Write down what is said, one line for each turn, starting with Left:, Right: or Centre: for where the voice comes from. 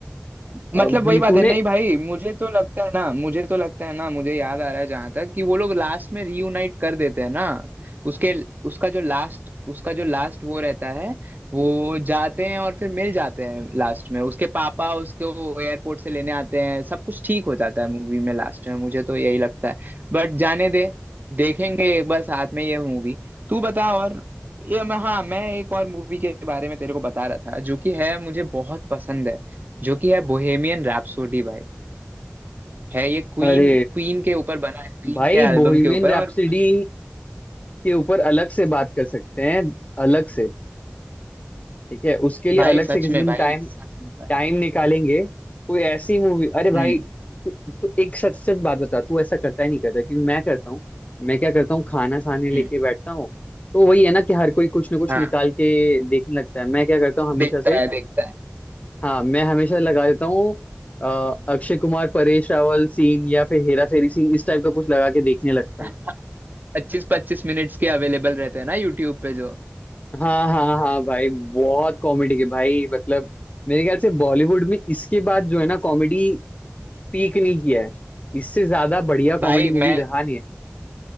Right: मतलब
Left: अभी
Right: वही बात
Left: तूने
Right: है नहीं भाई मुझे तो लगता है ना मुझे तो लगता है ना मुझे याद आ रहा है जहां तक कि वो लोग लास्ट में रीयूनाइट कर देते हैं ना उसके उसका जो लास्ट उसका जो लास्ट वो रहता है वो जाते हैं और फिर मिल जाते हैं लास्ट में उसके पापा उसको एयरपोर्ट से लेने आते हैं सब कुछ ठीक हो जाता है मूवी में लास्ट में मुझे तो यही लगता है बट जाने दे देखेंगे एक बार साथ में ये मूवी तू बता और ये मैं हाँ मैं एक और मूवी के बारे में तेरे को बता रहा था जो कि है मुझे बहुत पसंद है जो कि है बोहेमियन रैप्सोडी भाई है ये क्वीन
Left: अरे
Right: क्वीन के ऊपर बना है क्वीन
Left: भाई
Right: के एल्बम
Left: बोहिमियन
Right: के ऊपर
Left: रैप्सोडी
Right: और
Left: के ऊपर अलग से बात कर सकते हैं अलग से ठीक है उसके लिए
Right: भाई
Left: अलग
Right: सच
Left: से किसी
Right: में
Left: दिन
Right: भाई
Left: टाइम
Right: सच में भाई
Left: टाइम निकालेंगे कोई ऐसी मूवी अरे भाई
Right: हम्म
Left: तू तू एक सच सच बात बता तू ऐसा करता ही नहीं करता क्योंकि मैं करता हूँ मैं क्या करता हूँ खाना खाने लेके
Right: हम्म
Left: बैठता हूँ तो वही है ना कि हर कोई कुछ ना कुछ
Right: हाँ
Left: निकाल के देखने लगता है मैं क्या करता हूँ हमेशा
Right: देखता
Left: से
Right: है देखता है
Left: हाँ मैं हमेशा लगा देता हूँ अ, अक्षय कुमार परेश रावल सीन या फिर हेरा फेरी सीन इस टाइप का कुछ लगा के देखने लगता
Right: <laughs>
Left: हूँ
Right: पच्चीस पच्चीस मिनट्स के अवेलेबल रहते हैं ना यूट्यूब पे जो
Left: हाँ हाँ हाँ भाई बहुत कॉमेडी के भाई मतलब मेरे ख्याल से बॉलीवुड में इसके बाद जो है ना कॉमेडी पीक नहीं किया है इससे ज्यादा बढ़िया कॉमेडी
Right: भाई
Left: मूवी
Right: मैं
Left: रहा नहीं है